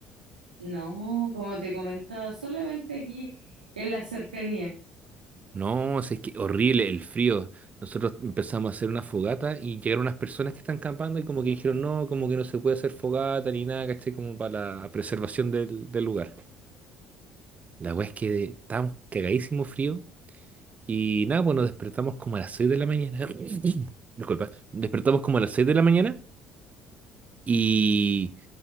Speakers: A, on the right; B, on the right.
A: No, como te comentaba, solamente aquí en la cercanía.
B: No, si es que horrible el frío. Nosotros empezamos a hacer una fogata y llegaron unas personas que están campando y como que dijeron, no, como que no se puede hacer fogata ni nada, ¿cachai? Como para la preservación del, del lugar. La weá es que de- estábamos cagadísimo frío y nada, pues nos despertamos como a las 6 de la mañana. <coughs> <clears throat> Disculpa, despertamos como a las 6 de la mañana y,